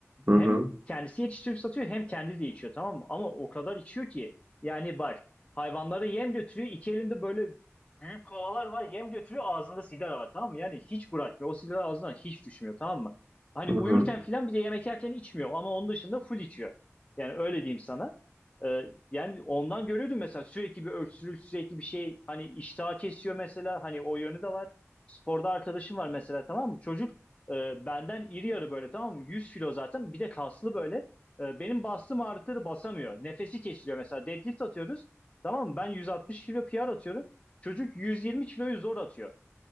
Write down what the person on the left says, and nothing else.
Hem
kendisi yetiştirip satıyor hem kendi de içiyor tamam mı? Ama o kadar içiyor ki yani bak hayvanlara yem götürüyor. iki elinde böyle büyük kovalar var yem götürüyor ağzında sigara var tamam mı? Yani hiç bırakmıyor. O sigara ağzından hiç düşmüyor tamam mı? Hani
uyurken filan bir de yemek yerken içmiyor ama onun dışında full içiyor. Yani öyle diyeyim sana. Ee, yani ondan görüyordum mesela sürekli bir öksürük, sürekli bir şey hani iştah kesiyor mesela hani o yönü de var. Sporda arkadaşım var mesela tamam mı? Çocuk e, benden iri yarı böyle tamam mı? 100 kilo zaten bir de kaslı böyle. E, benim bastığım ağırlıkları basamıyor. Nefesi kesiliyor mesela deadlift atıyoruz. Tamam mı? Ben 160 kilo PR atıyorum. Çocuk 120 kiloyu zor atıyor.